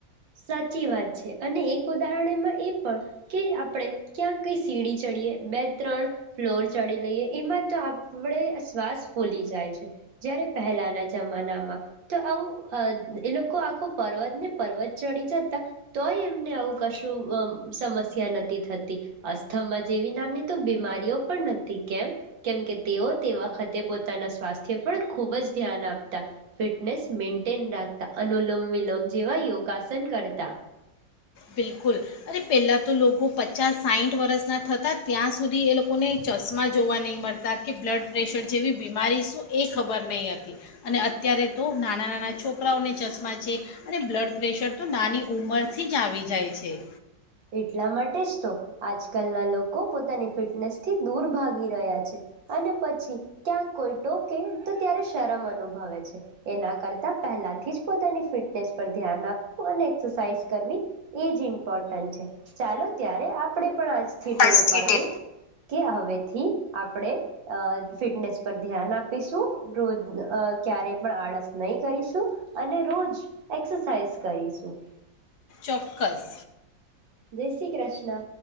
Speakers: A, on the right (about 75°); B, on the left (about 60°).
A: સાચી વાત છે. અને એક ઉદાહરણ એમાં એ પણ કે આપણે ક્યાંક કઈ સીડી ચડીએ, બે ત્રણ ફ્લોર ચડી લઈએ, એમાં તો આપણે શ્વાસ ફૂલી જાય છે. જયારે પહેલાના જમાનામાં તો આવું અહ એ લોકો આખું પર્વત ને પર્વત ચડી જતા તોય એમને આવું કશું અહ સમસ્યા નથી થતી. અસ્થમાં જેવી નામની તો બીમારીઓ પણ નતી, કેમ? કેમ કે તેઓ તે વખતે પોતાના સ્વાસ્થ્ય પણ ખુબ જ ધ્યાન આપતા, ફિટનેસ મેન્ટેન રાખતા, અનુલોમ વિલોમ જેવા યોગાસન કરતા.
B: બિલકુલ અરે પહેલા તો પચાસ સાઈઠ વરષના થતાં ત્યાં સુધી એ લોકોને ચશ્મા જોવા નહીં મળતા કે બ્લડ પ્રેશર જેવી બીમારી શું એ ખબર નહીં હતી અને અત્યારે તો નાનાં નાના છોકરાઓને ચશ્મા છે અને બ્લડ પ્રેશર તો નાની ઉંમરથી જ આવી જ જાય છે.
A: એટલા માટે જ તો આજકાલના લોકો પોતાની ફિટનેસ થી દૂર ભાગી રહ્યા છે અને પછી ક્યાંક કોઈ ટોકે તો ત્યારે શરમ અનુભવે છે એના કરતા પહેલાથી જ પોતાની ફિટનેસ પર ધ્યાન આપવું અને એસરસાઇઝ કરવી એ જ ઇમ્પોર્ટન્ટ છે. ચાલો ત્યારે આપડે પણ આજ થી ટેવ
B: આજથી
A: ઉપડીએ
B: ડે
A: કે હવેથી થી આપણે ફિટનેસ પર ધ્યાન આપીશું રોજ ક્યારેય પણ આળસ નહી કરીશું અને રોજ એક્સરસાઇઝ કરીશું.
B: ચોક્કસ
A: જય શ્રી કૃષ્ણ.